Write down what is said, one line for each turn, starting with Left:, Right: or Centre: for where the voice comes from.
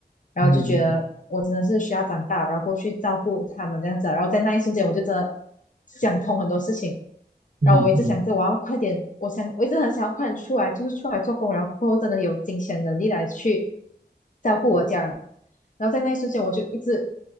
Left: 然后就觉得我真的是需要长大，
Right: 嗯
Left: 然后过去照顾他们这样子啊然后在那一瞬间我就真的想通很多事情，
Right: 嗯嗯嗯
Left: 然后我一直想着我要快点，我想我一直很想要快点出来，就是出来做工，然后真的有金钱能力来去照顾我家人，然后在那一瞬间，我就一直